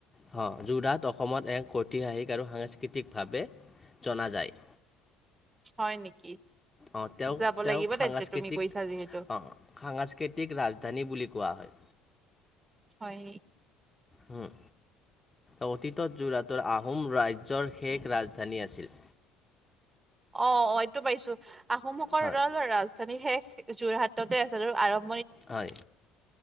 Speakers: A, on the left; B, on the right.
A: হ যোৰহাট অসমত এক ঐতিহাসিক আৰু সাংস্কৃতিকভাৱে জনা যায়।
B: হয় নেকি?
A: অ', তেওঁ
B: যাব
A: ম-তেওকঁ
B: লাগিব
A: সাংস্কৃতিক
B: তেন্তে তুমি কৈছা যিহেতু
A: অ', সাংস্ক কৃতিক ৰাজধানী বুলি কোৱা হয়।
B: হয়।
A: হুম। অতীতত যোৰহাটৰ আহোম ৰাজ্যৰ শেষ ৰাজধানী আছিল
B: অ', অ', এইটো পাইছো, আহোম সকৰ
A: হয়
B: <unintelligible> ৰাজধানী সে যোৰহাটতে আছে আৰু আৰব
A: হয়,